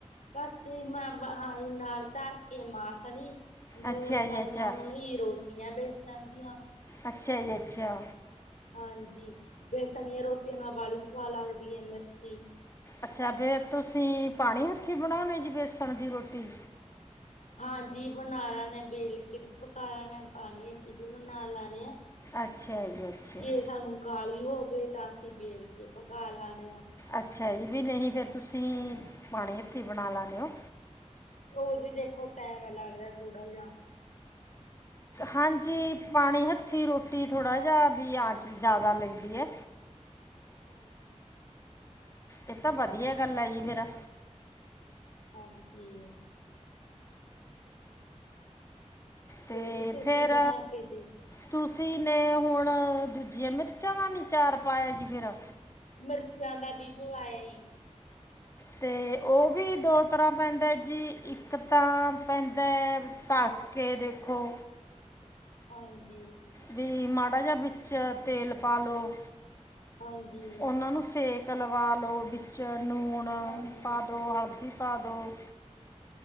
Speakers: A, on the left (about 80°); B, on the left (about 25°).
A: ਬਸ ਮੈਂ ਹਾ ਜੀ ਨਾਲ ਧਰ ਕੇ ਮਾਖਣੀ ਨੂਨ
B: ਅੱਛਾ ਜੀ
A: ਪਾਈਆਂ
B: ਅੱਛਾ
A: ਹੋਣ ਜੀ ਰੋਟੀਆਂ ਬੇਸਣ ਦੀਆਂ
B: ਅੱਛਾ ਜੀ ਅੱਛਾ
A: ਹਾਂਜੀ, ਬੇਸਣੀਆਂ ਰੋਟੀਆਂ ਨਾਲ ਵਾਲੀ ਸਵਾਦ ਲੱਗਦੀ ਐ ਮਿਰਚ ਜੀ।
B: ਅੱਛਾ ਫੇਰ ਤੁਸੀਂ ਪਾਣੀ ਹੱਥੀਂ ਬਣਾਉਣੇ ਔ ਜੀ ਬੇਸਣ ਦੀ ਰੋਟੀ?
A: ਹਾਂਜੀ ਬਣਾ ਲੇਨੇ ਆ ਵੇਲ ਕੇ ਵੀ ਪਕਾ ਲੈਣੇ ਆ ਪਾਣੀ ਹੱਥੀ ਵੀ ਬਣਾ ਲੈਣੇ ਆ।
B: ਅੱਛਾ ਜੀ ਅੱਛਾ
A: ਜੇ ਸਾਨੂੰ ਕਾਲੀ ਹੋਵੇ ਤਾਂ ਅਸੀਂ ਵੇਲ ਕੇ ਪਕਾ ਲੈ ਆਨੇ ਆ।
B: ਅੱਛਾ ਜੀ ਵੀ ਨਹੀਂ ਫਿਰ ਤੁਸੀਂ ਪਾਣੀ ਹੱਥੀਂ ਬਣਾ ਲੇਨੇ ਔ।
A: ਉਹ ਜੀ ਦੇਖੋ ਟੈਮ ਲੱਗਦਾ ਥੋੜ੍ਹਾ ਜਾ।
B: ਹਾਂਜੀ ਪਾਣੀ ਹੱਥੀਂ ਰੋਟੀ ਥੋੜ੍ਹਾ ਜਿਹਾ ਵੀ ਆਂਚ ਜ਼ਿਆਦਾ ਲੈਂਦੀ ਏ।
A: ਹਾਂਜੀ,
B: ਇਹ ਤਾਂ ਵਧੀਆ ਗੱਲ ਏ ਜੀ ਫੇਰ।
A: ਹਾਂਜੀ,
B: ਤੇ
A: ਹੋਰ ਤੁਸੀਂ
B: ਫੇਰ
A: ਬਣਾ ਕੇ ਦੇਖ
B: ਤੁਸੀਂ ਨੇ ਹੁਣ ਦੂਜੀਆਂ ਮਿਰਚਾਂ ਦਾ ਨੀ ਚਾਰ ਪਾਇਆ ਜੀ ਫੇਰ?
A: ਮਿਰਚਾਂ ਦਾ ਵੀ ਪੁਵਾਈਆ ਜੀ।
B: ਤੇ ਉਹ ਵੀ ਦੋ ਤਰ੍ਹਾਂ ਪੈਂਦਾ ਜੀ, ਇੱਕ ਤਾਂ ਪੈਂਦਾ ਏ ਤਲ ਕੇ ਦੇਖੋ।
A: ਹਾਂਜੀ,
B: ਵੀ ਮਾੜਾ ਵਿੱਚ ਤੇਲ ਪਾ ਲਉ,
A: ਹਾਂਜੀ,
B: ਉਹਨਾਂ ਨੂੰ ਸੇ ਕੇ ਲਵਾਂ ਲਉ ਵਿੱਚ ਨੂਣ
A: ਹਾਂਜੀ।
B: ਪਾਦੋ ਹਲਦੀ ਪਾਦੋ।